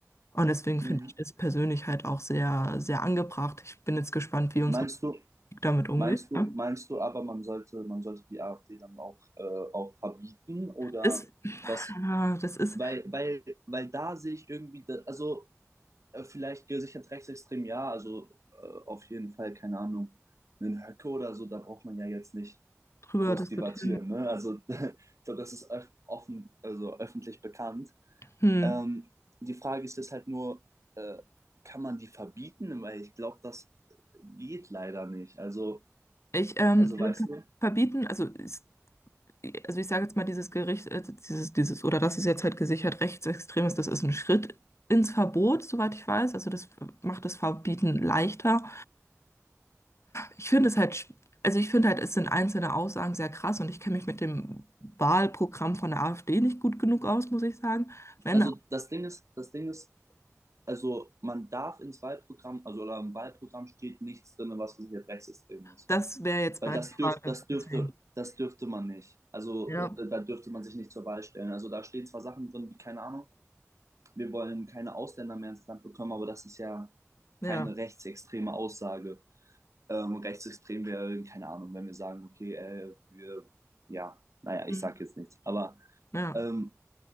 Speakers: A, on the left; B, on the right.
A: Und deswegen
B: mh,
A: finde ich das persönlich halt auch sehr, sehr angebracht. Ich bin jetzt gespannt, wie unsere
B: meinst du,
A: Politik damit umgeht.
B: meinst du,
A: Ja.
B: meinst du aber, man sollte, man sollte die AfD dann auch, äh, auch verbieten oder
A: Das,
B: was?
A: ah, das ist
B: Weil, weil, weil da sehe ich irgendwie, da- also äh, vielleicht gesichert rechtsextrem, ja, also äh, auf jeden Fall, keine Ahnung, einen Höcke oder so, da braucht man ja jetzt nicht
A: drüber
B: groß
A: diskutieren.
B: debattieren. Ne? Also <laughs> ich glaube, das ist öf offen, also öffentlich bekannt.
A: Hm.
B: Ähm, die Frage ist jetzt halt nur, äh, kann man die verbieten? Weil ich glaube, das geht leider nicht. Also,
A: Ich, ähm,
B: also
A: also
B: weißt
A: ver-
B: du,
A: verbieten, also, ist, also ich sage jetzt mal, dieses Gericht, äh, dieses, dieses, oder das ist jetzt halt gesichert rechtsextrem ist, das ist ein Schritt ins Verbot, soweit ich weiß. Also das macht das Verbieten leichter. Ich finde es halt, sch- also ich finde halt, es sind einzelne Aussagen sehr krass und ich kenne mich mit dem Wahlprogramm von der AfD nicht gut genug aus, muss ich sagen. Wenn,
B: also das Ding ist, das Ding ist, also man darf ins Wahlprogramm, also oder im Wahlprogramm steht nichts drin, was gesichert rechtsextrem ist.
A: das wäre jetzt
B: Weil
A: meine
B: das dürft,
A: Frage.
B: das dürfte,
A: Deswegen.
B: das dürfte man nicht. Also
A: Ja,
B: äh, da dürfte man sich nicht zur Wahl stellen. Also da stehen zwar Sachen drin, wie keine Ahnung, wir wollen keine Ausländer mehr ins Land bekommen, aber das ist ja
A: ja,
B: keine rechtsextreme Aussage. Ähm, rechtsextrem wäre, keine Ahnung, wenn wir sagen, okay, äh, wir, ja, naja, ich
A: hm,
B: sage jetzt nichts, aber
A: ja.
B: ähm,